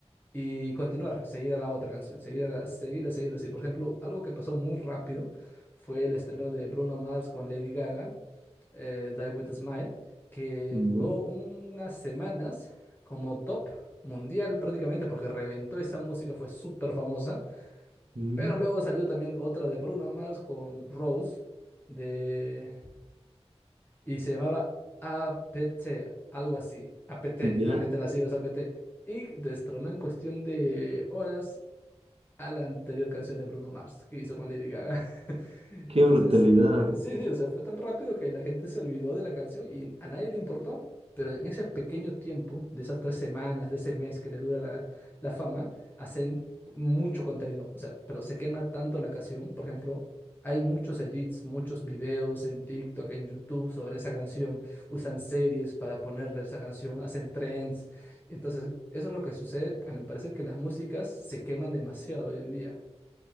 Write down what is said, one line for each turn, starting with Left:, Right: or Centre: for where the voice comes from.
Left: y continuar, seguir a la otra canción, seguir, a, seguir, a seguir así. Por ejemplo, algo que pasó muy rápido fue el estreno de Bruno Mars con Lady Gaga, eh, Die With a Smile, que
Right: Ya,
Left: duró unas semanas como top mundial prácticamente porque reventó esa música, fue súper famosa.
Right: mm,
Left: Pero luego salió también otra de Bruno Mars con Rose de... y se llamaba APT, algo así. APT, literalmente
Right: ya,
Left: las siglas APT. Y destronó en cuestión de horas a la anterior canción de Bruno Mars que hizo con Lady Gaga. <laughs>
Right: qué
Left: Entonces,
Right: brutalidad.
Left: eh, sí, sí, o sea, fue tan rápido que la gente se olvidó de la canción y a nadie le importó. Pero en ese pequeño tiempo, de esas tres semanas, de ese mes que le dura la, la fama, hacen mucho contenido. O sea, pero se quema tanto la canción. Por ejemplo, hay muchos edits, muchos videos en TikTok, en YouTube sobre esa canción. Usan series para ponerle esa canción, hacen trends. Entonces, eso es lo que sucede, a mi parecer, que las músicas se queman demasiado hoy en día.